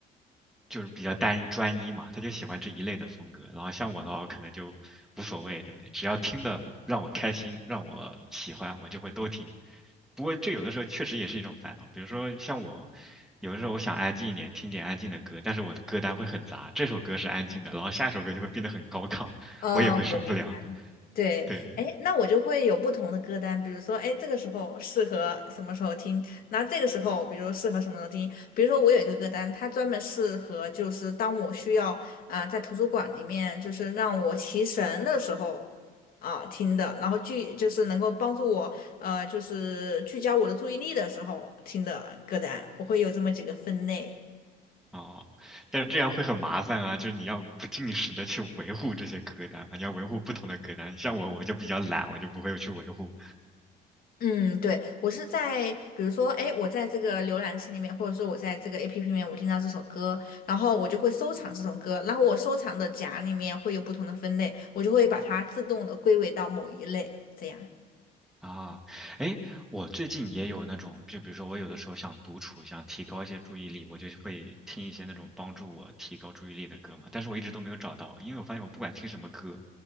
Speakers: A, in the centre; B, on the left.
A: 就是比较单一专一嘛，他就喜欢这一类的风格。然后像我的话，我可能就无所谓，对不对？只要听的让我开心，让我喜欢，我就会都听。不过这有的时候确实也是一种烦恼，比如说像我，有的时候我想安静一点，听一点安静的歌，但是我的歌单会很杂，这首歌是安静的，然后下一首歌就会变得很高亢，
B: 哦，
A: 我也会受不了。
B: 我明白。对，
A: 对，
B: 哎，那我就会有不同的歌单，比如说，哎，这个时候适合什么时候听，那这个时候，比如适合什么时候听，比如说我有一个歌单，它专门适合就是当我需要啊、在图书馆里面就是让我提神的时候啊、听的，然后聚就是能够帮助我呃就是聚焦我的注意力的时候听的歌单，我会有这么几个分类。
A: 哦，但是这样会很麻烦啊，就是你要不定时的去维护这些歌单嘛，你要维护不同的歌单。像我，我就比较懒，我就不会去维护，
B: 嗯，对，我是在，比如说，哎，我在这个浏览器里面，或者说我在这个 APP 里面，我听到这首歌，然后我就会收藏这首歌，然后我收藏的夹里面会有不同的分类，我就会把它自动的归为到某一类，这样。
A: 啊，哎，我最近也有那种，就比如说我有的时候想独处，想提高一些注意力，我就会听一些那种帮助我提高注意力的歌嘛。但是我一直都没有找到，因为我发现我不管听什么歌，